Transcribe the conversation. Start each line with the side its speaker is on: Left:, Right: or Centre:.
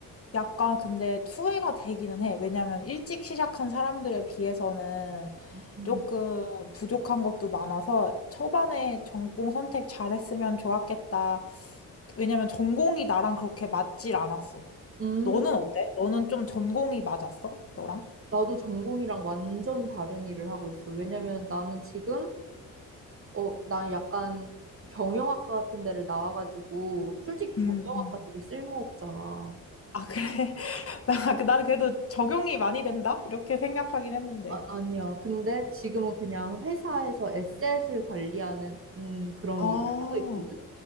Left: 약간 근데 투회가 되기는 해. 왜냐면 일찍 시작한 사람들에 비해서는
Right: 음,
Left: 조금 부족한 것도 많아서 초반에 전공 선택 잘했으면 좋았겠다. 왜냐면 전공이 나랑 그렇게 맞질 않았어.
Right: 음,
Left: 너는 어때? 너는 좀 전공이 맞았어? 너랑?
Right: 나도 전공이랑 완전 다른 일을 하고 있어. 왜냐면 나는 지금 어, 난 약간 경영학과 같은 데를 나와가지고, 솔직히 경영학과
Left: 음, 음.
Right: 되게 쓸모없잖아.
Left: 아, 그래. <laughs> 나, 그- 나는 그래도 적용이 많이 된다? 이렇게 생각하긴 했는데.
Right: 아, 아니야. 근데 지금은 그냥 회사에서 에셋을 관리하는 음, 그런
Left: 아,
Right: 일을 하고 있거든.